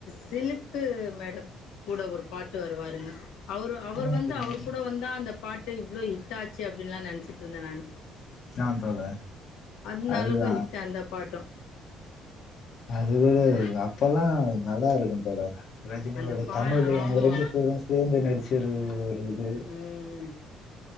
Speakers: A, on the left; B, on the left.
A: சிலுக்கு மேடம் கூட ஒரு பாட்டு வருங்க அவ அவர்
B: உம்
A: வந்து அவர் கூட வந்தா அந்த பாட்டு இவ்வளோ ஹிட் ஆச்சு அப்டின்னுலா நெனச்சிட்டு இருந்தே நானு
B: ஆஹ் தோழர்
A: அந்த
B: அதுதான்
A: அளவுக்கு ஹிட் அந்த பாட்டும்
B: அது கூட
A: அந்த
B: அப்பல்லா நல்லா இருக்கும் தோழர் ரஜினியோட
A: அந்த பா
B: தமிழ் அவுங்க
A: ஆமா
B: ரெண்டு பேரும் சேந்து நடிச்சது ஒரு இது
A: ம்